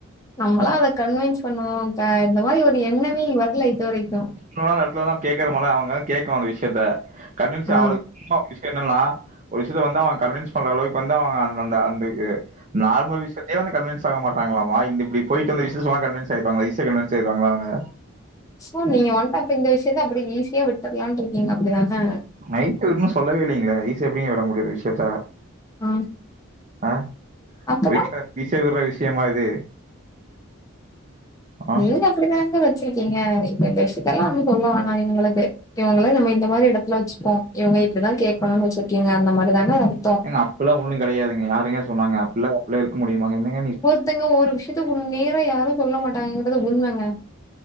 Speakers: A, on the left; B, on the right.
A: நம்மளா அதக் கன்வின்ஸ் பண்ணுவோ அ இந்த மாரி ஒரு எண்ணமே வரல இது வரைக்கு
B: தவறான எடத்துலதா கேக்கணுமல்ல அவுங்க கேக்கணு அந்த விஷயத்த கன்வின்சே
A: ஆ
B: அவளுக் சும்மா விஷய என்னன்னா ஒரு விஷயத்த வந்து அவுங்க கன்வின்ஸ் பண்ற அளவுக்கு வந்து அவுங்க அந்த அந்த அந்த ஏ நார்மல் விஷயத்துக்கே வந்து கன்வின்ஸ் ஆக மாட்றாங்களாமா இந்த இப்டி போயிட்டு வந்த விஷயத்த சொன்னா கன்வின்ஸ் ஆயிடுவாங்களா ஈசியா கன்வின் ஸா ஆயிருவாங்களா அவுங்க
A: சோ நீங்க வந்ட்டு அப்ப இந்த விஷயத்த அப்டி ஈஸியா விட்ரலானு இருக்கீங்க அப்டிதானா
B: நைட்டுன்னு சொல்லவே இல்லைங்களே ஈசிய எப்புடிங்க விட முடியு இந்த விஷயத்தா
A: ம்
B: ஆ
A: அப்புறம்
B: ஒரு எக்ஸ்ட்ரா ஈஸியா விட்ற விஷயமா இது ஆ?
A: நீங்க அப்டிதாங்க வச்சிருக்கீங்க இந்த இந்த விஷயத்தெல்லாம் வந்து சொல்ல வேனா இவங்களுக்கு இவுங்கள நம்ம இந்த மாறி இடத்துல வச்சுப்போம் இவுங்க இப்புடிதா கேக்கனும் வச்சிருக்கிங்க அந்த மாறி தானா அது
B: எங்க அப்படில்லாம் ஒன்னும் கிடையாதுங்க யாருங்க சொன்னாங்க அப்டில்லாம் அப்படில்லா இருக்க முடியுமாங்க என்னங்க நீங்
A: மத்தவுங்க ஒரு விஷயத்த ஓ நேரா யாரும் சொல்ல மாட் டாங்க இருக்குறது உண்மைங்க